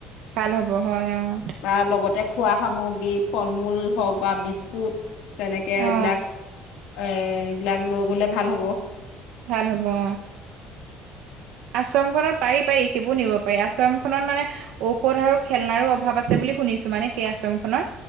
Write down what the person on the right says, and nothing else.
ভাল হ'ব হয় অ'।
অ
ভাল হ'ব অ। আশ্ৰমখনত পাৰি পাৰি সেইবোৰ নিব পাৰি। আশ্ৰমখনত মানে ঔষধ আৰু খেলনাৰো অভাৱ আছে বুলি শুনিছোঁ মানে সেই আশ্ৰমখনত।